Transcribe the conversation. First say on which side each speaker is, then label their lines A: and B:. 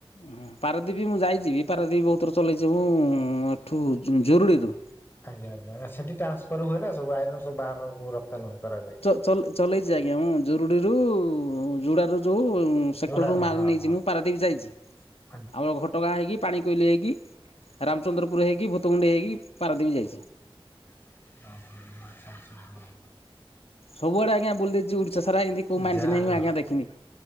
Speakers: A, on the left; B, on the left.
A: ହୁ ପାରାଦୀପୀ ମୁଁ ଯାଇଛିି ପାରାଦୀପୀ ବହୁତ ଥର ଚଲେଇଛି ମୁଁ ଏଠୁ ଜୁରୁଡ଼ିରୁ।
B: ଆଜ୍ଞା ଆଜ୍ଞା ସେଠି ଟ୍ରାନ୍ସଫର ହୁଏ ନା ସବୁ ଆଇରନ ସବୁ ବାହାରକୁ ରପ୍ତାନୀ କରାଯାଏ।
A: ଚଲ ଚଲେଇଛି ଆଜ୍ଞା ମୁଁ ଜୁରୁଡ଼ିରୁ ଯୋଡ଼ାରୁ ଯଉ ସେକ୍ଟରରୁ
B: ଯୋଉଟା
A: ମାଲ
B: ହଁ
A: ନେଇଛି
B: ହଁ
A: ମୁଁ ପାରାଦୀପ ଯାଇଛି।
B: <unintelligible>
A: ଆମ ଘଟଗାଁ ହୋଇକି ପାଣିକୋଇଲି ହେଇକି ରାମଚନ୍ଦ୍ରପୁର ହେଇକି ଭୂତୁମୁଣ୍ଡେଇ ହେଇକି ପାରାଦ୍ୱୀପି ଯାଇଛି।
B: <inaudible>
A: ସବୁଆଡେ ଆଜ୍ଞା ବୁଲି ଦେଇଛି ଓଡିଶା ସାରା ଏମିତି କୋଉ ମାଇନ୍ସ
B: ଯାହା
A: ନାହିଁ
B: ହଉ
A: ମୁଁ ଆଜ୍ଞା ଦେଖିନି।